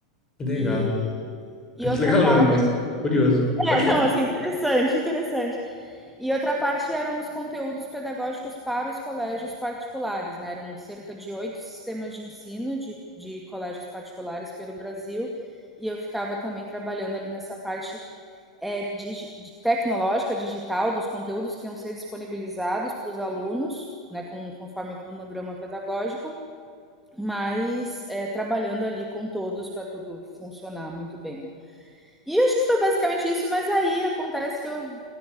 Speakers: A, on the left; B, in the centre.
A: Que legal.
B: E, e
A: Que
B: outra
A: legal
B: parte.
A: não, mas curioso.
B: É,
A: Pode
B: não,
A: falar.
B: assim, interessante, interessante. E outra parte eram os conteúdos pedagógicos para os colégios particulares, né? Eram cerca de oito sistemas de ensino de, de colégios particulares pelo Brasil, e eu ficava também trabalhando ali nessa parte é, dig, tecnológica, digital, dos conteúdos que iam ser disponibilizados para os alunos, né, com, conforme o cronograma pedagógico, mas é, trabalhando ali com todos para tudo funcionar muito bem. E acho que foi basicamente isso, mas aí acontece que eu